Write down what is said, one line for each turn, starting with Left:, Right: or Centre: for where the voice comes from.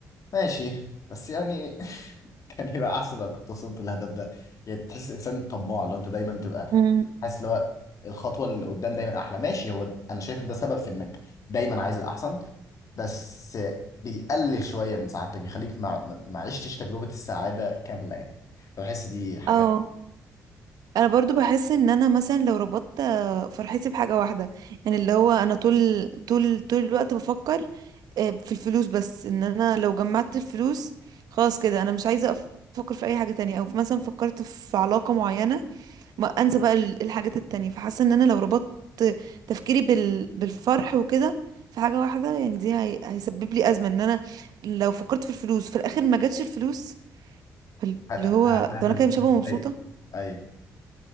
Left: ماشي بس يعني <laughs> كان يبقى احسن لو كنت وصلت للهدف ده يعني تحس انسان طماع لو انت دايما تبقى
Right: مم.
Left: حاسس اللي هو الخطوه اللي قدام دايما احلى ماشي هو انا شايف ان ده سبب في انك دايما عايز الاحسن بس بيقلل شويه من سعادتك بيخليك ما ما عشتش تجربه السعاده كامله يعني فبحس دي حاجه
Right: اه انا برضو بحس ان انا مثلا لو ربطت آه، فرحتي بحاجه واحده يعني اللي هو انا طول طول طول الوقت بفكر آه، في الفلوس بس ان انا لو جمعت الفلوس خلاص كده انا مش عايزه أف- افكر في اي حاجه تانية او في مثلا فكرت في علاقه معينه ما انسى بقى ال- الحاجات التانية فحاسه ان انا لو ربطت تفكيري بال... بالفرح وكده في حاجه واحده يعني دي هي... هيسبب لي ازمه ان انا لو فكرت في الفلوس في الاخر ما جاتش الفلوس اللي
Left: هت- ه-
Right: هو
Left: هت-
Right: طب انا كده مش
Left: هتتضايق
Right: هبقى مبسوطه
Left: ايوه